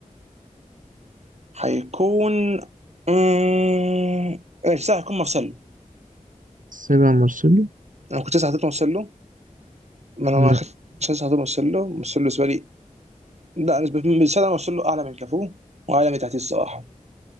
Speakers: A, on the right; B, on the right.
A: هيكون امم ماشي صح هيكون مارسيلو
B: السابع مارسيلو
A: انا كنت لسه حاطط مارسيلو ما انا
B: لا
A: ما كنتش لسه حاطط مارسيلو مارسيلو بالنسبه لي لا بالنسبه بالنسبة لي مارسيلو اعلى من كافو واعلى من تحتيه الصراحه